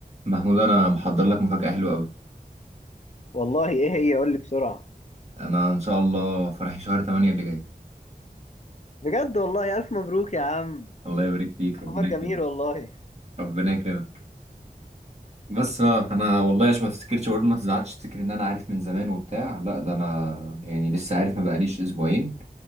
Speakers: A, on the right; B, on the left.
A: محمود انا محضر لك مفاجأة حلوة قوي
B: والله ايه هي قول لي بسرعة
A: انا ان شاء الله فرحي شهر 8 اللي جاي
B: بجد والله الف مبروك يا عم
A: الله يبارك فيك
B: خبر
A: ربنا
B: جميل
A: يكرمك
B: والله
A: ربنا يكرمك بس بقى انا والله عشان ما تفتكرش برضه ما تزعلش تفتكر ان انا عارف من زمان وبتاع لا ده انا يعني لسه عارف ما بقاليش اسبوعين